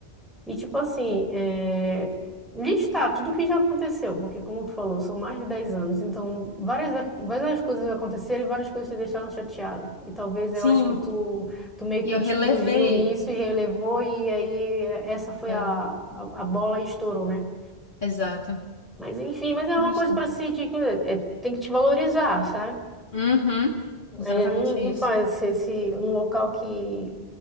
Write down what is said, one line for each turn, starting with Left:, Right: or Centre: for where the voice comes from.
Centre: E, tipo assim, é, listar tudo o que já aconteceu, porque, como tu falou, são mais de 10 anos, então várias, várias coisas aconteceram e várias coisas te deixaram chateada. E talvez
Left: Sim,
Centre: eu acho que tu, tu meio
Left: e
Centre: que
Left: eu
Centre: te
Left: relevei.
Centre: engoliu nisso e relevou, e aí é, essa foi
Left: É,
Centre: a, a, a bola e estourou, né?
Left: exato.
Centre: Mas enfim, mas é
Left: Mas
Centre: uma coisa
Left: tá.
Centre: para se te- é, tem que te valorizar, sabe?
Left: Uhum, exatamente
Centre: É, não,
Left: isso.
Centre: não faz se se num local que,